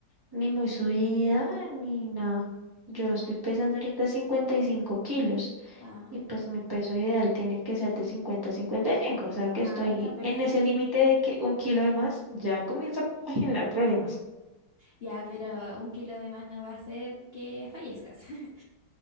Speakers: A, on the right; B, on the left.
A: ni muy subida ni nada. Yo
B: ya.
A: estoy pesando ahorita 55 kilos.
B: Ah,
A: Y pues mi peso ideal tiene que ser de 50 a 55, o sea que estoy
B: ah, está perfecto.
A: en ese límite de que un kilo de más ya comienza a generar problemas.
B: Ya, pero un kilo de más no va a hacer que fallezcas. <laughs>